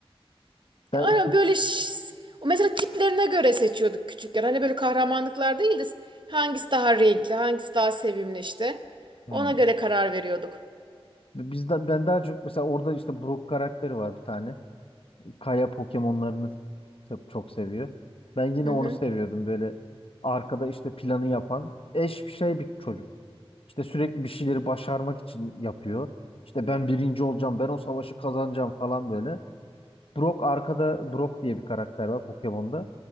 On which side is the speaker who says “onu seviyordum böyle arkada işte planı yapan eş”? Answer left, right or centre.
Left